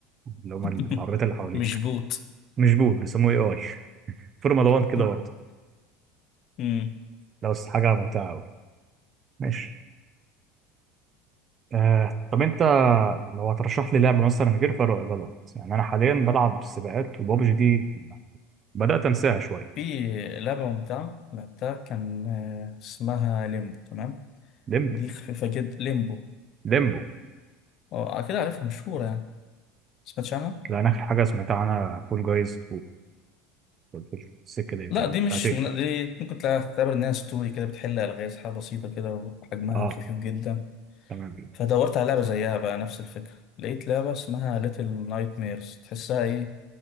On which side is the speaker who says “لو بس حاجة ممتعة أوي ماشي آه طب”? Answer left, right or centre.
Right